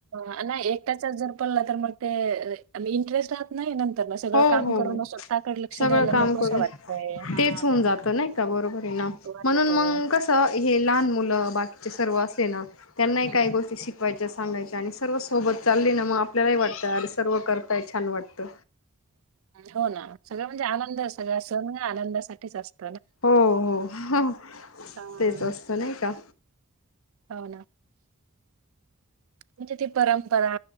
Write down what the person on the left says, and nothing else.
हो
हो
सगळं
काम
करून
तेच होऊन जातं नाही का बरोबर आहे
म्हणून
म कस लहान मुल बाकी ते सर्व असले ना त्यांनाही
काही गोष्टी शिकवायची. सांगायच्या आणि सर्व सोबत चालली ना मग आपल्यालाही वाटतं अरे सर्व करताय छान वाटतं.
हो हो
तेच असत नाही का.